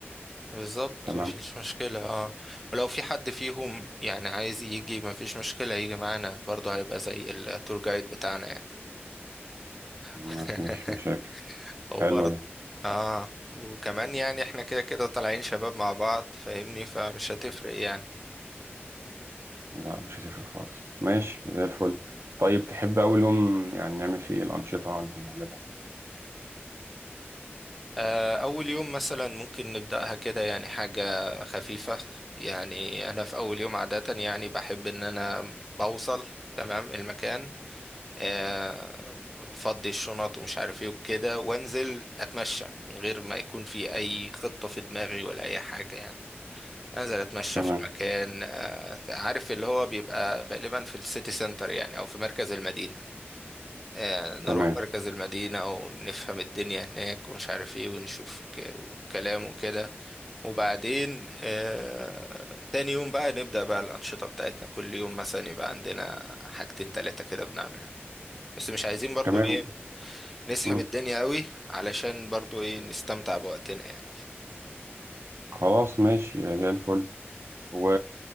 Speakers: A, in the centre; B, on the right (about 75°).
A: بالظبط
B: تمام
A: مفيش مشكلة اه ولو في حد فيهم يعني عايز يجي مفيش مشكلة يجي معانا برضه هيبقى زي التور جايد بتاعنا يعني
B: مفيش
A: <laughs>
B: مشاكل
A: هو
B: حلوه
A: برضه
B: دي
A: اه وكمان يعني احنا كده كده طالعين شباب مع بعض فاهمني فمش هتفرق يعني
B: لا مش هتفرق خالص ماشي زي الفل طيب تحب اول يوم يعني نعمل فيه إيه الانشطه اللي نعملها فيه
A: آه، أول يوم مثلا ممكن نبدأها كده يعني حاجة خفيفة يعني أنا في أول يوم عادة يعني بحب إن أنا بوصل تمام المكان آه، فضي الشنط ومش عارف إيه وكده وأنزل أتمشى من غير ما يكون في أي خطة في دماغي ولا أي حاجة يعني أنزل أتمشى
B: تمام
A: في المكان آه، عارف اللي هو بيبقى غالبا في السيتي سنتر يعني أو في مركز المدينة آه، نروح
B: تمام
A: مركز المدينة ونفهم الدنيا هناك ومش عارف ايه ونشوف ك- كلام وكده وبعدين آه، تاني يوم بقى نبدأ بقى الأنشطة بتاعتنا كل يوم مثلا يبقى عندنا حاجتين تلاتة كده بنعملها بس مش عايزين برضو
B: تمام
A: ايه نسحم
B: مم.
A: الدنيا قوي علشان برضو ايه نستمتع بوقتنا يعني
B: خلاص ماشي زي الفل و